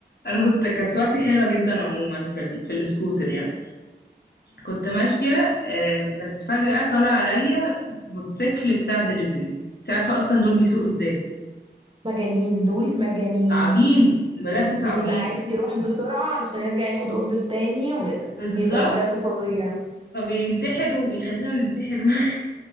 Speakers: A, on the left; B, on the right.
A: أنا كنت كانت سواقتي حلوة جدا عموما في ال... في السكوتر يعني كنت ماشية آه، بس فجأة طلع عليا موتوسيكل بتاع دليفري أنت عارفة أصلا دول بيسوقوا إزاي
B: مجانين دول مجانين
A: صعبين بجد صعبين
B: بيبقى عايز يروح بسرعة علشان يرجع ياخد اوردر تاني و-
A: بالظبط
B: بيبقى بجد فظيع
A: فبينتحر وبيخلينا ننتحر <laughs> معاه.